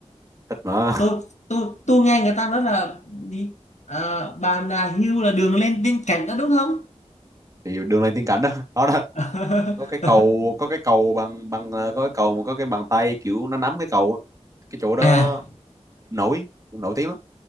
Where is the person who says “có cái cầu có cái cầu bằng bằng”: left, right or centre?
Right